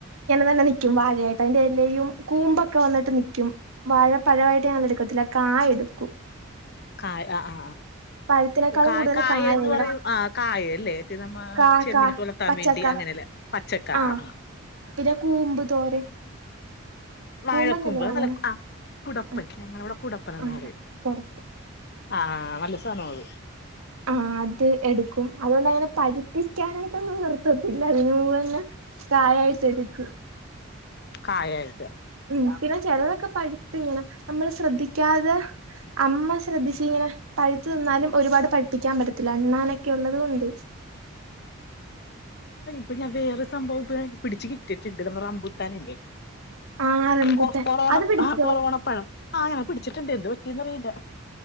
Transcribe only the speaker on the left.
കാ ആ ആ
ആ കാ
കായ എന്ന്
പറയു ആ കാ അല്ലെ ഇത് നമ്മ
ചെമ്മീൻ
ഇട്ട്ഒലത്താൻ
വേണ്ടി അങ്ങനെ അല്ലെ പച്ചകാ
ആ ആ
വാഴകൂമ്പ്
അതല്ലേ പുടപ്പ്
ഞങ്ങളെ ഇവിടെ പുട പ്പന‌ന്ന്
പറയും
ആ നല്ല സാധനാ അത്.
കായൽ
പിന്നെ വേറെ സംഭവം പിടിച്ചു കിട്ടിയിട്ടുണ്ട് നമ്മളെ റമ്പുട്ടാനില്ലേ
കൊ കൊറോണ
ആ കൊറോണ പഴം ആ പിടിച്ചിട്ടുണ്ട് എന്ത് പറ്റിന്നറിയില്ല